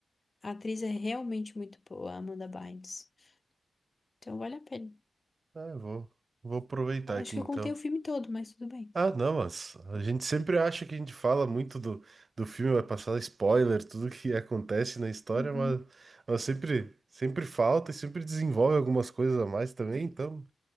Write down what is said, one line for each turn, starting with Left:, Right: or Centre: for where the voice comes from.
Left: A atriz é realmente muito boa, a Amanda Bynes. Então, vale a pena.
Right: Ah, eu vou, vou aproveitar
Left: Acho
Right: aqui
Left: que
Right: então.
Left: eu contei o filme todo, mas tudo bem.
Right: Ah, não, mas a gente sempre acha que a gente fala muito do, do filme, vai passar spoiler, tudo que acontece na história,
Left: Uhum.
Right: mas, mas sempre, sempre falta e sempre desenvolve algumas coisas a mais também, então.